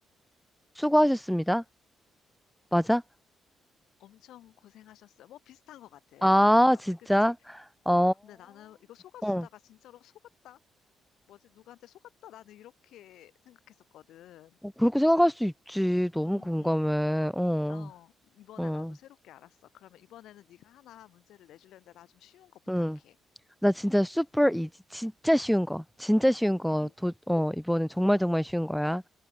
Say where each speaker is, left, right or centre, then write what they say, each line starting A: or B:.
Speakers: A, in the centre; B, on the left.
A: 수고하셨습니다. 맞아?
B: 엄청 고생하셨어요. 뭐 비슷한 것 같아.
A: 아,
B: 맞는 것 같아.
A: 진짜?
B: 그치?
A: 어,
B: 근데 나는 이거 속았다가
A: 어.
B: 진짜로 속았다? 뭐지? 누구한테 속았다? 나는 이렇게 생각했었거든.
A: 어, 그렇게 생각할 수 있지. 너무
B: 음,
A: 공감해. 어,
B: 음. 어, 이번에
A: 어,
B: 나도 새롭게 알았어. 그러면 이번에는 네가 하나 문제를 내주려는데 나 좀 쉬운 거 부탁해.
A: 응. 나 진짜 super easy. 진짜 쉬운 거. 진짜 쉬운 거.
B: 음
A: 도, 어, 이번엔 정말 정말 쉬운 거야.